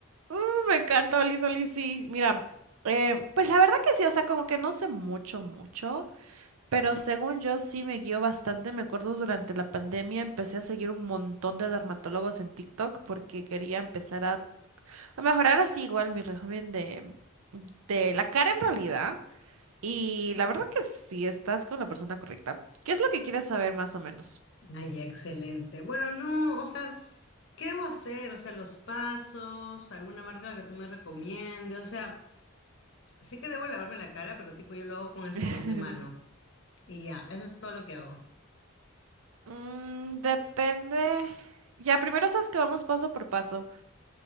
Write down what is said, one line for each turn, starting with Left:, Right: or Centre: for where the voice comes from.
Right: Uh, me encanta Oli Oli, sí. Mira, eh, pues la verdad que sí, o sea, como que no sé mucho, mucho, pero según yo sí me guío bastante. Me acuerdo durante la pandemia empecé a seguir un montón de dermatólogos en TikTok porque quería empezar a, a mejorar así igual mi régimen de, de la cara en realidad. Y la verdad que sí, estás con la persona correcta. ¿Qué es lo que quieres saber más o menos?
Left: Ay, excelente. Bueno, no, o sea, ¿qué debo hacer? O sea, los pasos, alguna marca que tú me recomiendes. O sea, sé que debo lavarme la cara, pero tipo yo lo hago con el
Right: <laughs>
Left: jabón de mano. Y ya, eso es todo lo que hago.
Right: Mm, depende. Ya, primero sabes que vamos paso por paso.